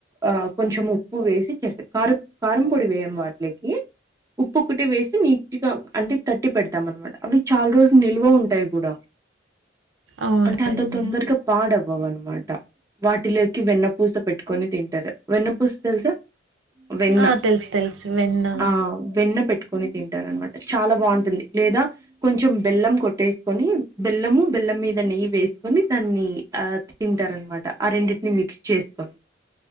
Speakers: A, on the right; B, on the right.
A: ఆ కొంచెం ఉప్పు వేసి చేస్తా కారం కారం పొడి వేయమ్ వాటిలకి ఉప్పు ఒకటే వేసి నీట్గా అంటే తట్టి పెడతాం అనమాట అవి చాలా రోజులు నిల్వ ఉంటాయి కూడా
B: అవునండి
A: అంటే అంత తొందరగా అవ్వవ అనమాట వాటిలోకి వెన్నపూస పెట్టుకొని తింటారు వెన్నపూస తెలుసా వెన్న
B: ఆ, తెలుసు తెలుసు వెన్న
A: ఆ వెన్న పెట్ట ని తింటారునమాట చాలా బాగుంటుంది లేదా కొంచెం బెల్లం కొట్టేసుకొని బెల్లము బెల్ ళ్ళం మీద నెయ్యి వేసుకొని దాన్ని ఆ తింటారునమాట ఆ రెండింటిని మిక్స్ చేసుకొని